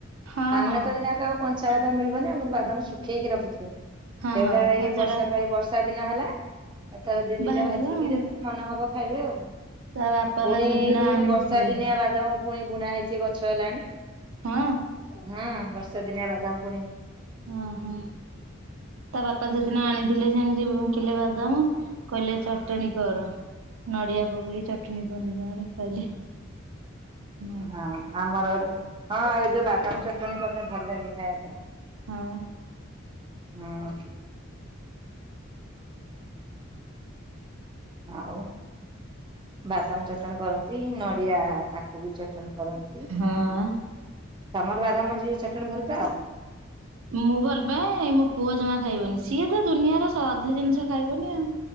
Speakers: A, on the right; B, on the right.
A: ହଁ
B: ଆମେ
A: ହଁ।
B: ତ ଏଇନାକେ ଆଉ କଞ୍ଚା ବାଦାମ ମିଳିବନି ଆମର ବାଦାମ ଶୁଖେଇକି ରଖିଥିବୁ ସେଗୁଡା
A: ହଁ
B: ଏଇ
A: ହଁ ସେଟା
B: ବର୍ଷା ପାଇଁ ବର୍ଷ୍ ଷା ଦିନ ହେଲା କେତଳେ ଦିଇ ଦିଇଟା
A: ବାହାରିଯିବ
B: ଭାଜିକି
A: ଆଉ।
B: ଯେତଳେ ମନ ହବ ଖାଇବେ ଆଉ।
A: ତା ବାପା
B: ପୁଣି
A: ବା ସେଦିନ
B: ଏଇ ଯୋଉ
A: ଆଣିଥିଲେ
B: ବର୍ଷା ଦିନିଆ ବାଦମ ପୁଣି ବୁଣା ହେଇଚି ଏ ଗଛ ହେଲାଣି।
A: ହଁ।
B: ହଁ ବର୍ଷା ଦିନିଆ ବାଦାମ ଫୁଣି
A: ଓହୋ ତା ବାପା ସେଦିନ ଆଣିଥିଲେ ସେମତି ବ କିଲେ ବାଦାମ। କହିଲେ ଚଟଣ କର ନଡିଆ ପକେଇି ଚଟଣ ପନିବାର କହିଲେ। ହୁଁ
B: ହଁ। ଆମର ହଁ ଏ ଯୋଉ ବାଦାମ ଚଟଣି କଲେ ଭଲ ଲାଗେ ଖାଇବା ପାଇଁ।
A: ହଁ।
B: ହଁ। <unintelligible> ଆଉ ବାଦାମ ଚଟଣି କରନ୍ତି ନ ନଡିଆ ତାକୁ ବି ଚଟଣ କରନ୍ତି।
A: ହଁ।
B: ତମର ବାଦାମ ଯ ଚଟଣି ଭଲପାଏ ଆଉ।
A: ମୁଁ ଭଲ ପାାଏ ମୋ ପୁଅ ଜମା ଖାଇବନି ସିଏ ତ ଦୁନିଆର ସୁଆଦିଆ ଜିନିଷ ଖାଇବନି ଆଉ।